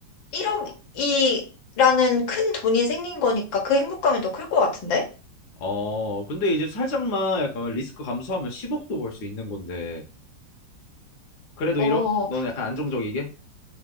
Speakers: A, on the left; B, on the left.
A: 1억이라는 큰 돈이 생긴 거니까 그 행복감이 더 클 것 같은데?
B: 어, 근데 이제 살짝만 약간 리스크 감소하면 10억도 벌 수 있는 건데. 그래도
A: 어,
B: 1억? 너는 약간 안정적이게?